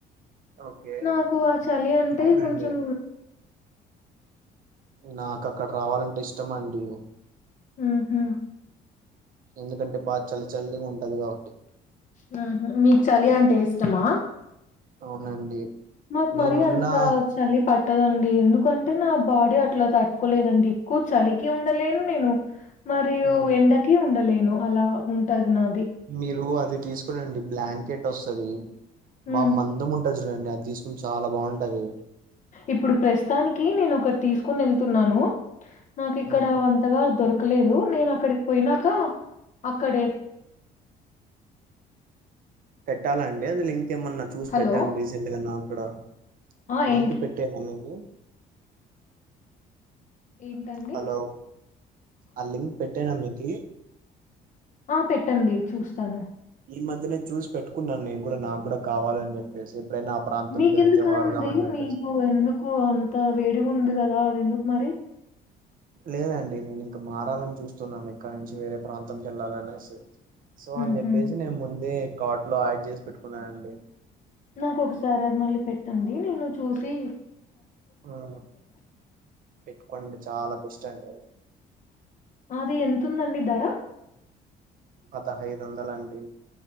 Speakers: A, on the right; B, on the left.
A: ఓకే
B: నాకు ఆ చలి అంటే
A: అవునండి
B: కొంచెం
A: నాకక్కడ రావాలంటే ఇష్టమండి.
B: హ్ముహ్మూ
A: ఎందుకంటే బాగ చలి చల్లిగా ఉంటది కాబ
B: హ్మ్ హ్ము మీకు చలి అంటే ఇష్టమా.
A: అవునండి.
B: మాక్
A: నేనున్నా
B: మరీ అంతా చలి పట్ పట్టదండి ఎందుకంటే నా బాడీ అట్లా తట్టుకోలేదండి. ఎక్కువ చలికి ఉండలేను నేను మరియు
A: హ్మ్.
B: ఎండకి ఉండలేను అలా ఉంటది నా
A: మీరు అది తీసుకొనండి బ్లాంకెట్ వస్తదీ
B: హ్మ్.
A: బా మందం ఉంటది. కొనండి అది తీసుకోండ్ చాలా బాగుంటది.
B: ఇప్పుడు ప్రస్తుతానికి నేను ఒకట్ తీసుకొన్ ఎళ్తున్నానూ. నాకు ఇక్కడా
A: హ్మ్.
B: అంతగా దొరకలేదూ నేన్ అక్కడికి పొయినాకా అక్కడే
A: పెట్టాలండి అది లింక్ కే మొన్నా చూసి
B: హలో!
A: పెట్టాను రీసెంట్ గా నాక్కూడా
B: ఆ!
A: లింక్
B: ఏం
A: పెట్టాను అను ఏం
B: ఏంటండి?
A: హలో ఆ లింక్ పెట్టేనా మీకీ
B: ఆ పెట్టండి చూస్తాను
A: ఈ మధ్యనే చూసి పెట్టుకున్నాను నేన్ గూడ నాక్గూడా కావాలని చెప్పేసి. ఎప్పుడైనా ఆ ప్రాంతంకెళ్తే
B: మీకెందుకండి
A: వాడదామని చెప్పేసి.
B: మీకు ఎందుకు అంత వేడిగ ఉంది గదా అది ఎందుక్. మరి
A: లేదండి నేను ఇంక మారాలని చూస్తున్నాను ఇక్కడ నుంచి వేరే ప్రాంతంకి వెళ్ళాలనేసి. సో
B: హుహు.
A: అని చెప్పేసి నేను ముందే కార్ట్ లో యాడ్ జేసి పెట్టుకున్నానండి.
B: నాకొకసారి అది మళ్ళీ పెట్టండీ నేను చూసీ
A: ఆ పెట్టుకోండి చాలా బెస్ట్ అండి అది.
B: అదీ ఎతుందండి ధరా
A: పదహైదు వందల అండి.